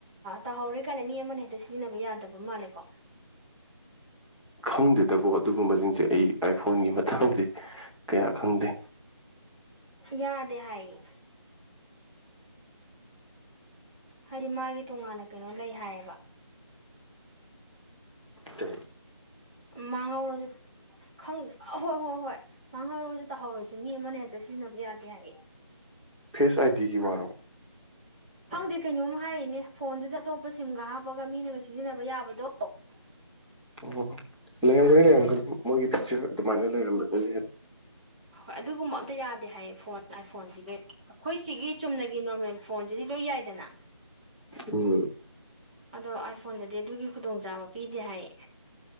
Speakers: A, on the right; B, in the centre.
A: ꯇꯥꯍꯧꯔꯦ ꯀꯥꯏꯅ ꯃꯤ ꯑꯃꯅ ꯍꯦꯛꯇ ꯁꯤꯖꯤꯟꯅꯕ ꯌꯥꯗꯕ ꯃꯥꯜꯂꯦꯀꯣ
B: ꯈꯪꯗꯦꯗꯕꯣ ꯑꯗꯨꯒꯨꯝꯕꯁꯤꯡꯁꯦ ꯑꯩ ꯑꯥꯏꯐꯣꯟꯒꯤ ꯃꯇꯥꯡꯁꯦ ꯀꯌꯥ ꯈꯪꯗꯦ
A: ꯌꯥꯗꯦ ꯍꯥꯏꯌꯦ ꯍꯥꯏꯗꯤ ꯃꯥꯒꯤ ꯇꯣꯉꯥꯟꯅ ꯀꯩꯅꯣ ꯂꯩ ꯍꯥꯏꯌꯦꯕ
B: ꯀꯩ
A: ꯃꯥꯡꯍꯧꯔꯁꯦ ꯈꯪꯗꯦ ꯑ ꯍꯣꯏ ꯍꯣꯏ ꯍꯣꯏ ꯃꯥꯡꯍꯧꯔꯁꯨ ꯇꯥꯍꯧꯔꯁꯨ ꯃꯤ ꯑꯃꯅ ꯍꯦꯛꯇ ꯁꯤꯖꯤꯟꯅꯕ ꯌꯥꯗꯦ ꯍꯥꯏꯌꯦ
B: ꯐꯦꯁ ꯑꯥꯏꯗꯤꯒꯤ ꯋꯥꯔꯣ
A: ꯈꯪꯗꯦ ꯀꯩꯅꯣꯝ ꯍꯥꯏꯔꯤꯅꯦ ꯐꯣꯟꯗꯨꯗ ꯑꯇꯣꯞꯄ ꯁꯤꯝꯒ ꯍꯥꯞꯄꯒ ꯃꯤꯅꯒ ꯁꯤꯖꯤꯟꯅꯕ ꯌꯥꯕꯗꯣ ꯑꯣ <unintelligible>
B: ꯑꯣ ꯂꯩꯔꯝꯒꯅꯤ ꯂꯩꯔꯝꯒꯅꯤ ꯃꯣꯏꯒꯤ ꯐꯤꯛꯆꯔ ꯑꯗꯨꯃꯥꯏꯅ ꯂꯩꯔꯝꯒꯅꯤ
A: ꯍꯣꯏ ꯑꯗꯨꯒꯨꯝꯕ ꯑꯝꯇ ꯌꯥꯗꯦ ꯍꯥꯏꯌꯦ ꯐꯣꯟ ꯑꯩꯢꯐꯣꯟꯁꯤ ꯀꯩ ꯑꯩꯈꯣꯏ ꯁꯤꯒꯤ ꯆꯨꯝꯅꯒꯤ ꯅꯣꯔꯃꯦꯜ ꯐꯣꯟꯁꯤꯗꯤ ꯂꯣꯏ ꯌꯥꯏꯗꯅ
B: ꯎꯝ
A: ꯑꯗꯣ ꯑꯥꯏꯐꯣꯟꯗꯗꯤ ꯑꯗꯨꯒꯤ ꯈꯨꯗꯣꯡꯆꯥꯕ ꯄꯤꯗꯦ ꯍꯥꯏꯌꯦ